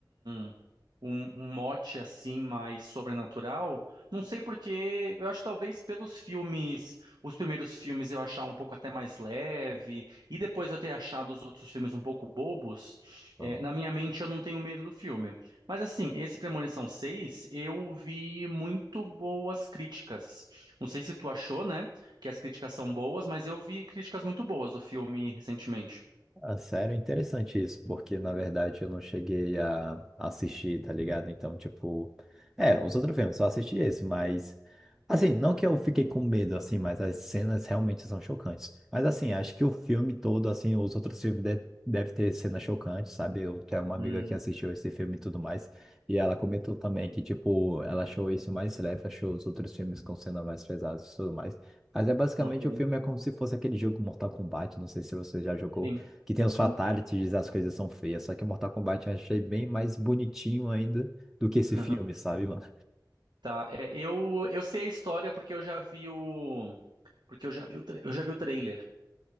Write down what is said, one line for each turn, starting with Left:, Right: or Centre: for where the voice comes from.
Right: um, um, um mote, assim, mais sobrenatural, não sei porque, eu acho que talvez pelos filmes, os primeiros filmes eu achar um pouco até mais leve, e depois eu ter achado os outros filmes um pouco bobos,
Centre: Aham.
Right: é, na minha mente, eu não tenho medo do filme. Mas, assim, esse Premonição seis eu vi muito boas críticas. Não sei se tu achou, né, que as críticas são boas, mas eu vi críticas muito boas do filme recentemente.
Centre: Ah, sério, é interessante isso, porque na verdade eu não cheguei a assistir, tá ligado? Então, tipo, é, os outros filmes, só assisti esse, mas assim, não que eu fiquei com medo, assim, mas as cenas realmente são chocantes. Mas assim, acho que o filme todo, assim, os outros filmes de deve ter cenas chocantes, sabe? Eu tenho uma amiga
Right: Hum,
Centre: que assistiu esse filme e tudo mais, e ela comentou também que, tipo, ela achou isso mais leve, achou os outros filmes com cenas mais pesadas e tudo mais. Mas é basicamente
Right: ok.
Centre: o filme é como se fosse aquele jogo Mortal Kombat, não sei se você já jogou
Right: Sim,
Centre: que tem os fatalities,
Right: sim.
Centre: as coisas são feias. Só que Mortal Kombat eu achei bem mais bonitinho ainda do que esse filme,
Right: Aham.
Centre: sabe, mano?
Right: Tá, é, eu, eu sei a história porque eu já vi o... Porque eu já vi o, tra- eu já vi o trailer.